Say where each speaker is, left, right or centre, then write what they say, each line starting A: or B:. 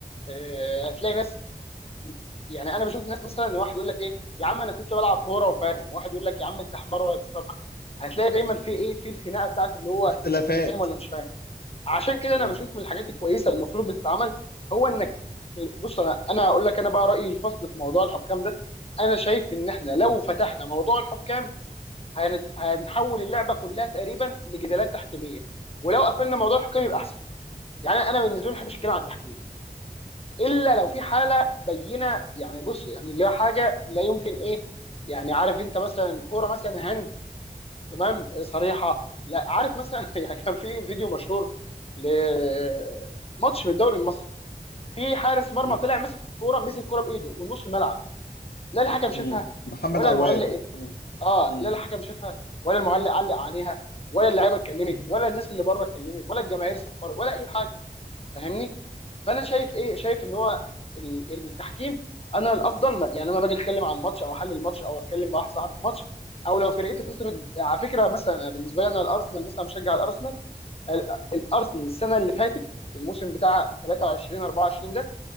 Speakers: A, on the left (about 40°); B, on the left (about 75°).
A: آه، هتلاقي ناس يعني انا بشوف ناس مثلا ان واحد يقول لك ايه يا عم انا كنت بلعب كوره وفاهم واحد يقول لك يا عم انت حمار ولا بتفهم حاجة. هتلاقي دايما في ايه في الخناقه بتاعت اللي هو
B: اختلافات
A: انت فاهم ولا مش فاهم عشان كده
B: مم.
A: انا بشوف من الحاجات الكويسه اللي المفروض بتتعمل هو انك بص انا انا هقول لك انا بقى رايي الفصل في موضوع الحكام ده انا شايف ان احنا لو
B: مم.
A: فتحنا موضوع الحكام هنت... هنحول اللعبه كلها تقريبا لجدالات تحكيميه ولو قفلنا موضوع الحكام يبقى احسن يعني انا بالنسبه لي ما بحبش الكلام عن التحكيم الا لو في حاله بينه يعني بص يعني اللي هو حاجه لا يمكن ايه يعني عارف انت مثلا كوره مثلا هند تمام صريحه لا عارف مثلا <laughs> يعني كان في فيديو مشهور لماتش من الدوري المصري في حارس مرمى
B: مم.
A: طلع مسك الكوره مسك الكوره بايده من نص الملعب لا الحكم شافها
B: مم. محمد
A: ولا
B: عواد
A: المعلق إيه. اه
B: مم.
A: لا الحكم شافها ولا المعلق علق عليها ولا اللعيبه اتكلمت
B: مم.
A: ولا الناس اللي بره اتكلمت ولا الجماهير صفرت ولا اي حاجه فاهمني فانا شايف ايه شايف ان هو ال- التحكيم انا الافضل ما يعني انا باجي اتكلم عن ماتش او احلل ماتش او اتكلم مع واحد صاحبي في ماتش او لو فرقتي خسرت على فكره مثلا أنا بالنسبه لي انا الارسنال مثلا بشجع الارسنال ال- الارسنال السنه اللي فاتت الموسم بتاع 23 24 ده